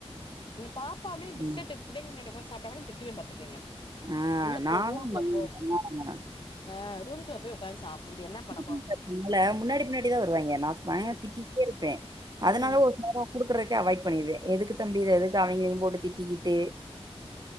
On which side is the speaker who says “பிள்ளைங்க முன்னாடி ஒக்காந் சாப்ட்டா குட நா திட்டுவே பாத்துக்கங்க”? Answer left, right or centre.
Left